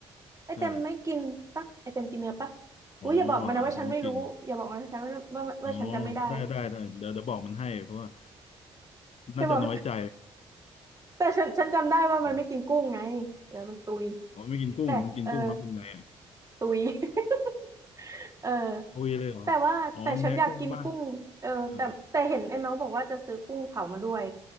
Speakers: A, on the right; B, on the left.
A: ไอเต็มไม่กินปะไอเต็มกินเนื้อปะ
B: ใช่ อ๋อ
A: อุ้ยอย่าบอกมันนะว่าฉันไม่รู้อย่าบอกมันนะฉันว่าว่าว่าฉันจำไม่ได้
B: อาจจะไม่กินอ๋อได้ได้ได้เดี๋ยวเดี๋ยวบอกมันให้เพราะว่า
A: อย่าบอก
B: น่าจะน้อยใจ
A: <laughs> แต่ฉันฉันจำได้ว่ามันไม่กินกุ้งไงเดี๋ยวมันตุย
B: เอออ๋อไม่กินกุ้งมันกินกุ้งแล้วเป็นไงอะ
A: แต่เออ ตุย <laughs> เออ
B: ทุยเลยเหรออ๋อมันแพ้กุ้งป่ะ
A: แต่ว่าแต่ฉันอยากกินกุ้งเออแต่แต่เห็นไอ้เมาส์บอกว่าจะซื้อกุ้งเผามาด้วย
B: เออ